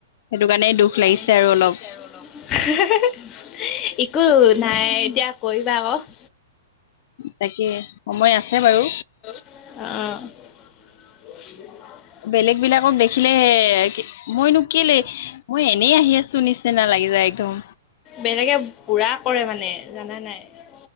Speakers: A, on the left; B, on the left.
A: সেইটো কাৰণে দুখ
B: সেইটো
A: লাগিছে
B: কাৰণেইটো।
A: আৰু অলপ
B: লাগিছে আৰু অলপ <unintelligible> একো নাই এতিয়া কৰিবা আক।
A: তাকে সময় আছে বাৰু।
B: অ। <unintelligible>
A: বেলেগ বিলাকক দেখিলে হে মইনো কেলে মই এনেই আহি আছো নিচ নিচিনা লাগি যায় একদম।
B: বেলেগে পুৰা কৰে মানে জানা নাই?